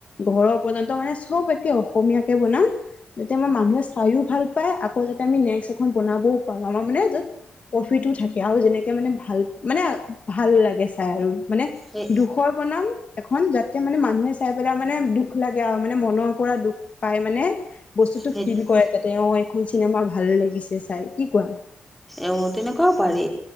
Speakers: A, on the left; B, in the centre.
A: ঘৰৰ পৰ্যন্ত মানে চব একে অসমীয়াকে বনাওঁ যেতিয়া মই মানুহে খায়ো ভাল পায় আকৌ যাতে আমি নেক্সট এখন বনাবও পাৰোঁ আমাৰ মানে য'ত প্ৰফিটো থাকে আৰু যেনেকে মানে ভাল মানে ভাল লাগে চাই আৰু মানে
B: সেই
A: দুখ খৰ বনাও এখন যাতে মানে মানুহে চাই পেলাই মানে দুখ লাগে আৰু মানে মনৰ পৰা দুখ পাই মানে বস্তুতটো
B: সেইটো
A: ফিল কৰে তাতে এখন চিনেমা ভাল লাগিছে চাই কি কোৱা
B: অ তেনেকুৱাও পাৰি